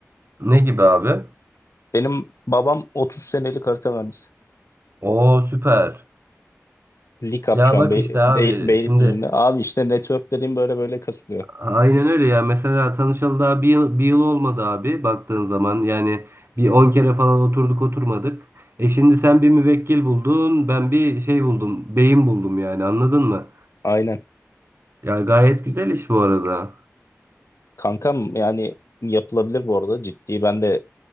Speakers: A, on the right; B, on the left.
A: Ne gibi abi?
B: Benim babam 30 senelik harita mühendisi.
A: Oo süper.
B: Likap
A: Ya
B: şu an
A: bak
B: Bey,
A: işte abi
B: Bey- Beylikdüzü'nde.
A: şimdi
B: Abi işte network dediğim böyle böyle kasılıyor.
A: aynen öyle ya. Mesela tanışalı daha bir yıl, bir yıl olmadı abi baktığın zaman. Yani bir 10 kere falan oturduk oturmadık. E şimdi sen bir müvekkil buldun, ben bir şey buldum, beyin buldum yani anladın mı?
B: Aynen.
A: Ya gayet güzel iş bu arada.
B: Kankam yani yapılabilir bu arada ciddi. Ben de